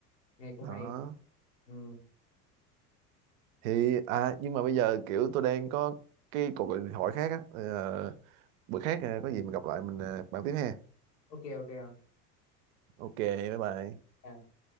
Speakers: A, on the left; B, on the right.
A: nghe cũng
B: đó
A: hay ừ
B: thì à nhưng mà bây giờ kiểu tôi đang có cái cuộc gọi điện thoại khác á Ờ, bữa khác à, có gì mình gặp lại mình à, bàn tiếp ha
A: ok ok
B: ok bye bye
A: không